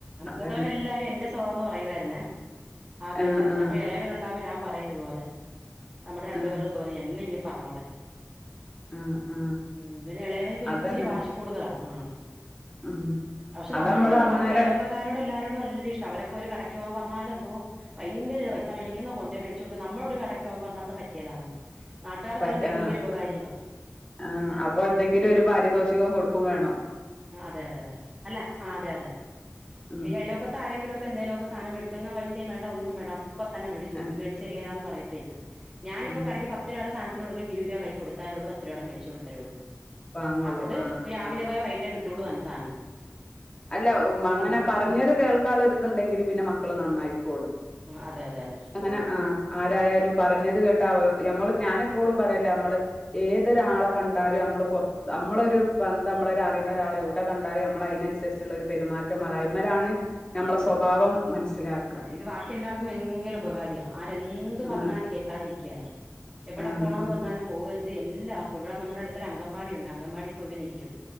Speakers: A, on the left; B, on the right.
A: അതന്നെ
B: മൂത്തവൻ എല്ലാരും എന്റെ സ്വ സൊന്ന് പറയുവായിരുന്നേ ആദ്യമൊക്കെ
A: ആഹ് ആഹ്
B: അപ്പൊ ഇളയവനു ഉണ്ടാവുമ്പോ ഞാൻ പറയിതുപോലെ നമ്മുടെ രണ്ടുപേരുടെ
A: ആഹ്
B: സുഗം എന്നെ ഇനി പറഞ്ഞോളെ
A: ആഹ് ആഹ്
B: ഉം ഇവന് ഇളയവനിക്ക് ഒരു
A: അതന്നെ
B: ഇച്ചിരി വാശി കൂടുതലാ ആഹ്
A: ഉം
B: പക്ഷെ
A: അത്
B: നമ്മളോട്
A: നമ്മള്
B: ഉള്ളൂ
A: അന്നേരം
B: ബാക്കി അയൽവക്കം കാരോട് എല്ലാരോടും വല്യ ഇഷ്ടം ആ അവരൊക്കെ ഒരു കടക്ക് പോകാൻ പറഞ്ഞ പറഞ്ഞാലും അള്ളോഹ് ഭയങ്കര പൈസ മേടിക്കുന്നു കൊണ്ടോയി മേടിച്ചു കൊടുക്കുന്നു നമ്മളൊരു കടക്ക് പോകൻ പറഞ്ഞപ്പ പറ്റിയല്ലാന്ന് നാട്ടുകാർക്കെല്ലാം
A: പറ്റ
B: ഭയങ്കര
A: ആഹ്
B: ഉപകാരിയുമാ
A: ആഹ് അപ്പൊ എന്തെങ്കിലും ഒരു പാരിതോഷികം കൊടുക്കും വേണോ
B: അതെ അതെ അതെ അല്ല ആ അതെ അതെ
A: ഉം
B: ഈ അയൽവക്കത്തെ ആരെങ്കിലുമൊക്കെ എന്തേലൊക്കെ സ സാനംമേടിച്ചോണ്ട് വന്ന പൈസയും വേണ്ട ഒന്നും വേണ്ട അപ്പ തന്നെ മേടിച്ചു കൊടുക്കും
A: ആഹ്
B: മേടിച്ചെരിലാന്ന് പറയത്തെയില്ല. ഞാനിപ്പോ
A: ആഹ്
B: കടേക്ക് പത്ത് രൂപയുടെ സാനത്തിന് കൊടുത്തെങ്കി ഇരുപ രൂപ കയ്യി കൊടുത്താലേള്ളൂ പത്ത് രൂപയുടെ മേടിച്ചുകൊണ്ട് തരുള്ളൂ.
A: വാങ്ങുള്ളൂ
B: അപ്ത്
A: ആഹ്
B: രാവിലെ
A: അത്
B: പോയി വൈകിട്ടേ കിട്ടുള്ളു താനും സാനം.
A: അല്ല മങ്ങനെ പറഞ്ഞത് കേൾക്കള്ളൊരുതുണ്ടെങ്കില് പിന്നെ മക്കള് നന്നായിക്കോളൂ
B: ഉം അതെ അതെ അതെ
A: അങ്ങനെ ആ ആരായാലും പറഞ്ഞത് കേട്ടാ നമ്മള് ഞാൻ എപ്പോഴും പറയല്ലേ നമ്മള് ഏതൊരാളെ കണ്ടാലും നമ്മള് പുറത്തു നമ്മളൊരു ബന്ധം നമ്മളൊരു അറിയുന്ന ഒരാളെ എവിടെ കണ്ടാലും നമ്മ നമ്മള അയിനനുസരിച്ചുള്ള ഒരു പെരുമാറ്റം അയ്മലാണ് നമ്മളെ സ്വഭാവം മനസ്സിലാക്ക
B: ആഹ് ഇത് ബാക്കി എല്ലാവർക്കും ഭയങ്കര ഉപകാരിയ ആരെന്തു പറഞ്ഞാലും
A: ആ
B: കേക്കാതിരിക്കേല. എവിടെ
A: ആ
B: പോണോന്ന്
A: ആ
B: പറഞ്ഞാലും പോകുകയും ചെയ്യും എല്ലാർക്കും ഇവിടെ നമ്മുടെ അടുത്ത ഒരു അങ്കമ്പാടി ഉണ്ട് അങ്കമ്പാടി പോ ഇവന് ഇരിക്കും